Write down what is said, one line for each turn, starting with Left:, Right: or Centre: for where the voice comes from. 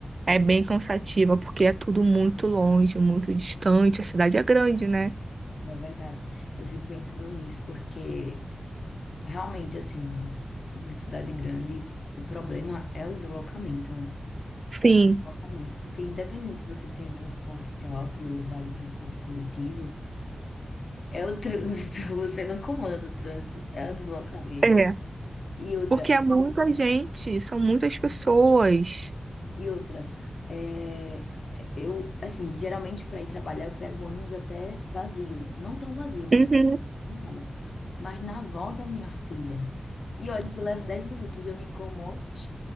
Left: É.
Right: é bem cansativa, porque é tudo muito longe, muito distante. A cidade é grande, né?
Left: É verdade. Eu fico pensando nisso, porque realmente, assim, <laughs> em cidade grande, o problema é o deslocamento, né?
Right: Sim,
Left: É o deslocamento. Porque independente se você tenha transporte próprio ou vá de transporte coletivo, é o trânsito, <laughs> você não comanda o trânsito, é o deslocamento.
Right: é.
Left: E outra,
Right: Porque é muita gente, são muitas pessoas.
Left: E outra, é, é, eu, assim, geralmente para ir trabalhar eu pego ônibus até vazio. Não tão vazio, mas
Right: Uhum.
Left: eu não consigo nada. Mas na volta, minha filha. E olha, que eu levo 10 minutos, eu me incomodo.